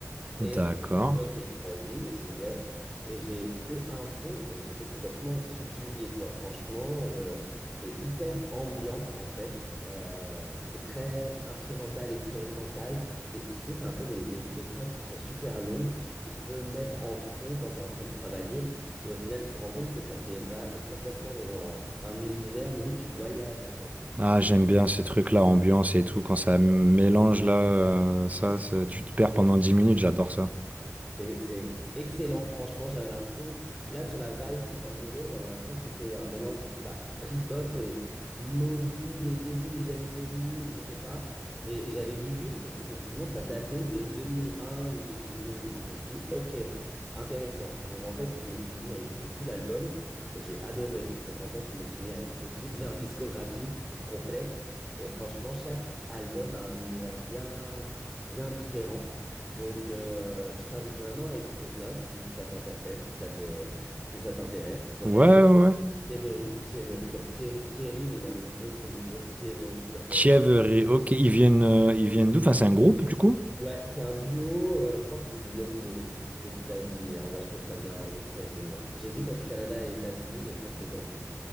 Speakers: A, in the centre; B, on the right (about 30°).
A: et
B: D'accord.
A: je me suis dit, ok, vas-y, j'y vais. Et j'ai écouté un son et j'étais complètement subjugué, quoi. Franchement, je... c'est hyper ambiant, en fait. Euh, c'est très instrumental, expérimental. C'est, tu sais, c'est un peu les, les, les tracks qui sont super longues, que tu peux mettre en fond quand tu es en train de travailler. Et au final, tu te rends compte que ça t'évade complètement dans un, un univers. Limite, tu voyages, en fait.
B: Ah, j'aime bien ces trucs-là, ambiance et tout, quand ça mélange là, euh, ça, ça- tu te perds pendant 10 minutes, j'adore ça.
A: C'est, c'est excellent, franchement, j'avais l'impression, là sur la vibe que ça me donnait, j'avais l'impression que c'était un mélange du coup bah, trip-hop et Moby des débuts des années 2000, je sais pas. Et, et j'avais vu juste parce qu'effectivement ça datait de 2001 ou 2002, donc je me suis dit ok, intéressant. Donc en fait je me suis mis à écouter tout l'album et j'ai adoré. Donc en fait je me suis mis à écouter toute leur discographie complète et franchement chaque album a un univers bien, bien différent. Donc, euh, je t'invite vraiment à écouter ça si ça t'interpelle, si ça te, si ça t'intéresse. Ça s'appelle
B: Ouais, ouais, ouais.
A: Thievery, Thievery comme Thierry, Thierry, mais il y a le vœu au milieu, Thievery Corporation.
B: Thievery, ok, ils viennent, euh, ils viennent d'où? Enfin, c'est un groupe du coup?
A: Ouais, c'est un duo, euh, je crois que c'est- ils viennent de, des États-Unis. hein. Ouais, je crois que ça vient des États-Unis, ouais. J'hésite entre Canada et États-Unis, mais je crois que c'est États-Unis.